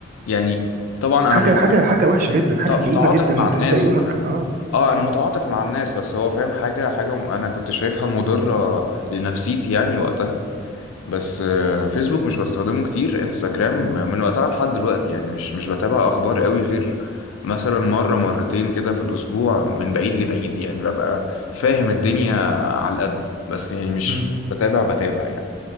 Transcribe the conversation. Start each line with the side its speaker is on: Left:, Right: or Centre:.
Left: يعني طبعا
Right: حاجه
Left: انا مت-
Right: حاجه حاجه وحشه جدا
Left: مت-
Right: حاجه
Left: متعاطف
Right: كئيبه جدا ان
Left: مع
Right: انت
Left: الناس
Right: تبدا يومك
Left: انا
Right: اه
Left: اه انا متعاطف مع الناس بس هو فاهم حاجه حاجه انا كنت شايفها مضره لنفسيتي يعني وقتها بس آه، فيسبوك مش بستخدمه كتير انستجرام من وقتها لحد دلوقتي يعني مش مش بتابع اخبار قوي غير مثلا مرة مرتين كده في الاسبوع من بعيد لبعيد يعني ببقى فاهم الدنيا على القد بس يعني مش
Right: امم.
Left: بتابع بتابع يعني